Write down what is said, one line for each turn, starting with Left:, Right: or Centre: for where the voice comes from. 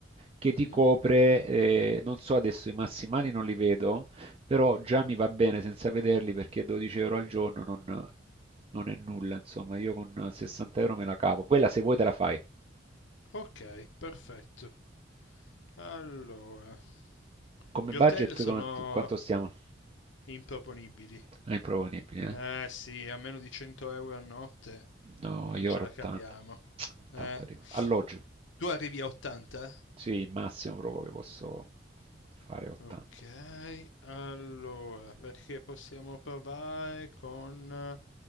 Right: che
Left: Mhm.
Right: ti copre, eh, non so adesso i massimali non li vedo, però già mi va bene senza vederli perché 12 euro al giorno non, non è nulla, insomma, io con 60 euro me la cavo. Quella se vuoi te la fai.
Left: Ok, perfetto. Allora,
Right: Come
Left: Gli
Right: budget
Left: hotel sono
Right: quant- quanto stiamo?
Left: improponibili.
Right: È improponibile,
Left: Eh
Right: eh?
Left: sì, a meno di 100 euro a notte
Right: No,
Left: non
Right: io
Left: ce
Right: ero
Left: la
Right: 80.
Left: caviamo.
Right: 80
Left: Eh,
Right: arrivo. Alloggio,
Left: tu arrivi a 80?
Right: sì, il massimo proprio che posso fare 80.
Left: Ok, allora, perché possiamo provare con...